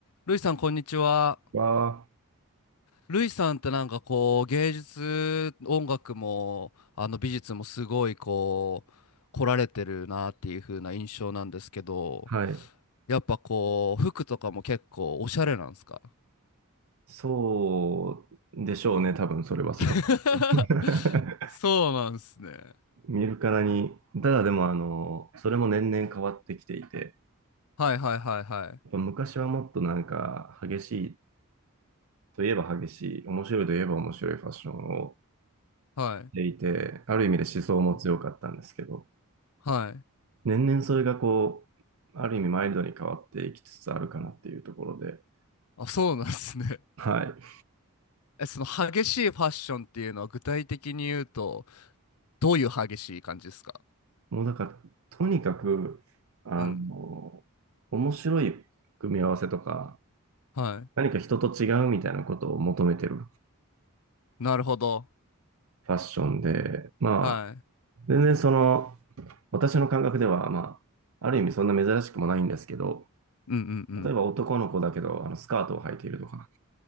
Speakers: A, on the left (about 80°); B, on the right (about 70°).
A: ルイさん、こんにちは。
B: わあ、
A: ルイさんってなんかこう、芸術、音楽も、あの美術もすごいこう、来られてるなっていう風な印象なんですけど、
B: はい。
A: やっぱこう、服とかも結構おしゃれなんですか
B: そうでしょうね、多分それは外か
A: <laughs>
B: ら。
A: そうなんですね。
B: <laughs> 見るからに。ただでも、あの、それも年々変わってきていて、
A: はいはいはいはい。
B: やっぱ昔はもっとなんか激しいといえば激しい、面白いといえば面白いファッションを
A: はい。
B: していて、ある意味で思想も強かったんですけど、
A: うんはい。
B: 年々それがこう、ある意味マイルドに変わっていきつつあるかなっていうところで、
A: あ、そうなんですね。
B: はい。
A: <laughs> え、その激しいファッションっていうのは具体的に言うと、どういう激しい感じですか
B: もうなんか、とにかく、あの、
A: うん。
B: 面白い組み合わせとか、
A: は
B: 何か人と違うみたいなことを求めてる
A: い。なるほど。
B: ファッションで、まあ、
A: はい。
B: 全然その、私の感覚では、まあ、ある意味そんな珍しくもないんですけど、
A: うんうんうん。
B: 例えば男の子だけど、あの、スカートを履いているとか、